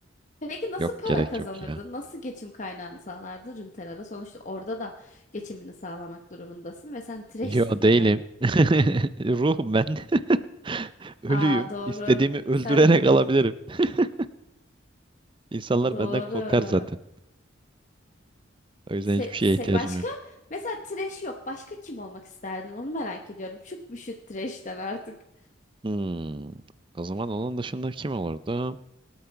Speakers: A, on the left (about 40°); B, on the right (about 25°).
A: Peki nasıl
B: Yok
A: para
B: gerek
A: kazanırdın?
B: yok ya.
A: Nasıl geçim kaynağını sağlardın Runeterra'da? Sonuçta orada da geçimini sağlamak durumundasın ve sen trash'sin
B: Yo
A: yani.
B: değilim. <laughs> Ruhum ben. <laughs> Ölüyüm.
A: Aa doğru.
B: İstediğimi öldürerek
A: Sen de Ruh.
B: alabilirim. <laughs> İnsanlar
A: Doğru.
B: benden korkar zaten. O yüzden
A: Se,
B: hiçbir şeye
A: se-
B: ihtiyacım
A: başka?
B: yok.
A: Mesela trash yok. Başka kim olmak isterdin? Onu merak ediyorum. Çok bir şu trash'ten artık.
B: Hmm. O zaman onun dışında kim olurdu?